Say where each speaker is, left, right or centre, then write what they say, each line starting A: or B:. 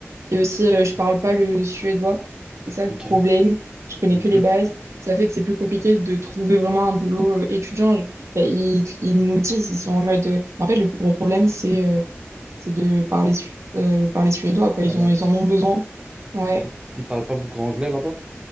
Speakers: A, on the right; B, on the right.
A: Et aussi, euh, je parle pas le suédois. C'est ça
B: Ok.
A: le problème. Je connais
B: Mhm.
A: que les bases. Ça fait que c'est plus compliqué de trouver vraiment un boulot euh, étudiant. Je- ben, ils, ils nous le disent, ils sont en mode. euh, En fait, le plus gros problème, c'est euh, c'est de parler, su- euh, parler suédois, quoi.
B: La
A: Ils
B: langue.
A: ont, ils en ont besoin. Ouais.
B: Ils, ils parlent pas beaucoup anglais là-bas?